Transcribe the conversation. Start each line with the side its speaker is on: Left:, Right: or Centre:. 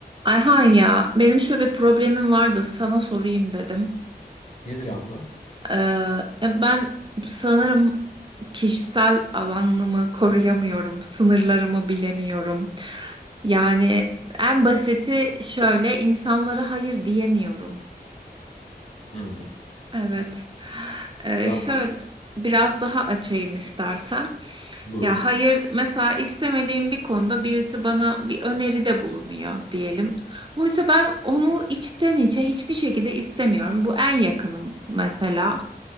Right: Ayhan ya benim şöyle bir problemim vardı sana sorayım dedim.
Left: Nedir abla?
Right: Ee, ya ben sanırım kişisel alanımı koruyamıyorum, sınırlarımı bilemiyorum. Yani en basiti şöyle insanlara hayır diyemiyorum.
Left: Hmm.
Right: Evet. Ee,
Left: Ya
Right: şöyle biraz daha açayım istersen.
Left: bulur.
Right: Ya hayır, mesela istemediğim bir konuda birisi bana bir öneride bulunuyor diyelim. Oysa ben onu içten içe hiçbir şekilde istemiyorum. Bu en yakınım mesela.